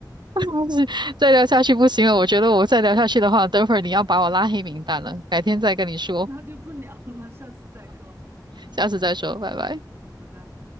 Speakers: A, on the right (about 40°); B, on the right (about 90°).
A: 嗯，
B: <laughs> 不行，再聊下去不行了，我觉得我再聊下去的话，等会儿你要把我拉黑名单了。改天再跟你说，
A: 那就不聊了，下次再说，
B: 下次再说，拜拜。
A: 嗯，拜拜。